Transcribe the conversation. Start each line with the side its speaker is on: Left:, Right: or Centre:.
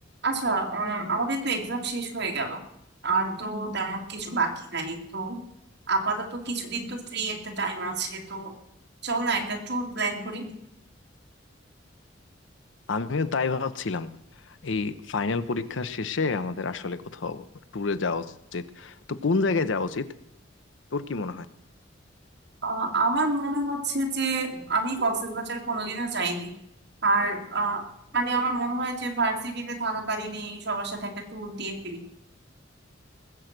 Right: আচ্ছা আহ, আমাদের তো এক্সাম শেষ হয়ে গেল আর তো তেমন কিছু বাকি নাই তো আপাতত কিছুদিন তো ফ্রি একটা টাইম আছে তো চল না একটা ট্যুর প্ল্যান করি
Left: আমিও তাই ভাবছিলাম এই ফাইনাল পরীক্ষার শেষে আমাদের আসলে কোথাও ট্যুরে যাওয়া উচিত তো কোন জায়গায় যাওয়া উচিত তোর কি মনে হয়
Right: আহ, আমার মনে হচ্ছে যে আমি কক্সবাজার কোনোদিনও যাইনি আর আহ, মানে আমার মনে হয় যে ভার্সিটিতে থাকাকালীনই সবার সাথে একটা ট্যুর দিয়ে ফিরি